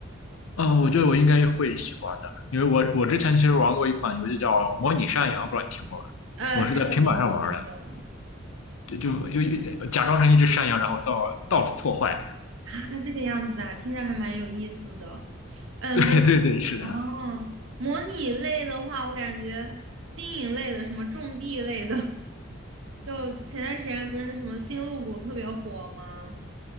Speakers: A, on the left; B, on the right.
A: 嗯，我觉得我应该会喜欢的，因为我我之前其实玩过一款游戏叫《模拟山羊》，不知道你听过吗？
B: 呃，
A: 我是在平板上玩的，
B: 这个我没听过
A: 就就就假装成一只山羊，然后到到处破坏。
B: 啊，这个样子啊，听着还蛮有意思的。
A: <laughs>
B: 嗯，
A: 对对对，
B: 模
A: 是的。
B: 哦，模拟类的话，我感觉经营类的，什么种地类的，<laughs> 就前段时间不是那什么星露谷特别火吗？